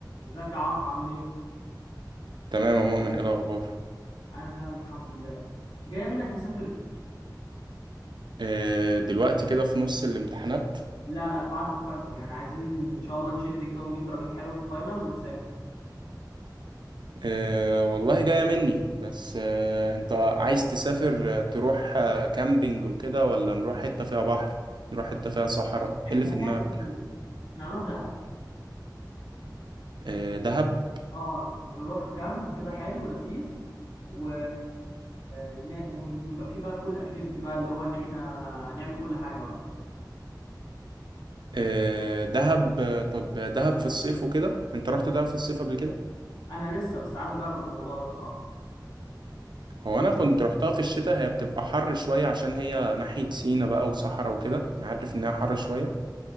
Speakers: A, on the left; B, on the right.
A: ازيك يا عرف عامل ايه؟
B: تمام يا مؤمن ايه الاخبار
A: انا تمام الحمد لله جاي منك نسافر
B: آه، دلوقتي كده في نص الامتحانات
A: لا لا بعد الفاينل يعني عايزين ان شاء الله نشد كده ونجيب درجات حلوه في الفاينل ونسافر
B: آه، والله جاية مني بس آه، انت عايز تسافر آه، تروح آه، كامبينج وكده ولا نروح حتة فيها بحر نروح حتة فيها صحراء ايه
A: احنا
B: اللي في
A: هنعمل
B: دماغك
A: الاثنين احنا هنروح دهب
B: آه، دهب
A: اه نروح كامب كده حلو ولذيذ و... ن- ويبقى فيه بقى كل اكتيفيتي بقى اللي هو ان احنا نعمل كل حاجه بقى
B: آه، دهب آه، طب دهب في الصيف وكده انت رحت دهب في الصيف قبل كده
A: انا لسه بس عايز اجرب الموضوع ده بصراحه
B: هو انا كنت رحتها في الشتاء هي بتبقى حر شوية عشان هي ناحية سينا بقى وصحراء وكده انا عارف انها حر شوية